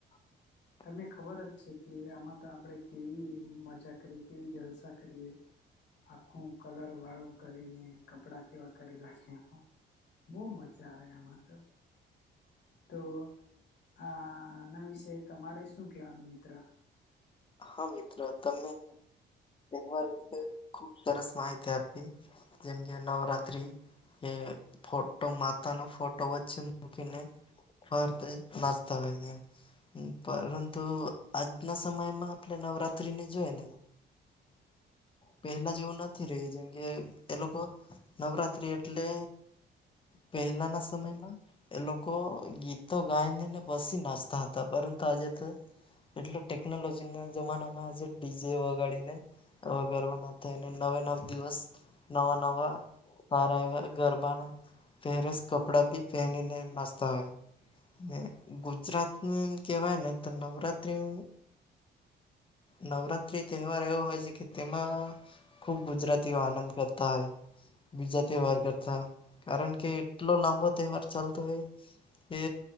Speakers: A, on the left; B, on the left.
A: <inaudible>
B: તમને ખબર જ છે કે આમાં તો આપણેે કેવી મજા કરીએ કેવી જલસા કરીએ, આખું કલર વાળું કરીને કપડા કેવા કરેલા છે. બહુ મજા આવે આમાં તો. તો આના વિશે તમારે શું કેવાનું મિત્ર
A: હા, મિત્ર તમે તહેવાર વિશે ખુબ સરસ માહિતી આપી. જેમ કે નવરાત્રી, એ ફોટો માતાનો ફોટો વચ્ચે મૂકીને ફરતે નાચતા હોયને, એ પરંતુ આજના સમય મા આપણે નવરાત્રી ને જોય ને, પેહલા જેવું નથી રહ્યું, જેમ કે એ લોકો નવરાત્રી એટલે પહેલાના સમયમાં એ લોકો ગીતો ગાઈનેને પછી નાચતા હતા, પરંતુ આજે તો એટલે ટેકનોલોજી ના જમાનામાં આજે ડીજે વગાડીને વગરવાના થઈને નવે નવ દિવસ નવા નવા સારા એવા ગરબાના પહેરેસ કપડા ભી પહેનીને નાચતા હોય, ને ગુજરાતનું એમ કહેવાય ને તો નવરાત્રી નવરાત્રી તહેવાર એવો હોય છે, કે તેમાં ખુબ ગુજરાતીઓ આનંદ કરતા હોય. બીજા તહેવાર કરતા કારણ કે એટલો લાંબો તહેવાર ચાલતો હોય, એ